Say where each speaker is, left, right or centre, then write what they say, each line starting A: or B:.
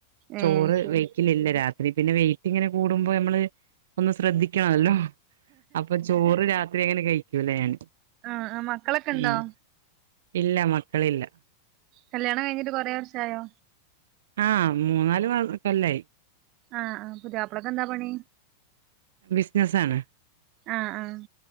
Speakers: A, on the right; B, on the right.
A: ചോറ്
B: ഏഹ് ശരി
A: വെയ്ക്കലില്ല രാത് ത്രി പിന്നെ വെയിറ്റിങ്ങനെ കൂടുമ്പോ നമ്മള് ഒന്ന് ശ്രദ്ധിക്കണല്ലോ അപ്പൊ ചോറ് രാത് ത്രിങ്ങനെ കഴിക്കൂല ഞാന്
B: ആഹ് ആഹ് മക്കളൊക്കെ ഇണ്ടോ
A: ഉം ഇല്ല മക്കളില്ല
B: കല്യാണം കഴിഞ്ഞിട്ട് കൊറേ വർഷായോ
A: ആഹ് മൂന്നാല് മാ കൊല്ലായി
B: ആഹ് ആഹ് പുത്യാപ്ലക്കന്താ പണി
A: ബിസ്നസാണ്
B: ആഹ് ആഹ്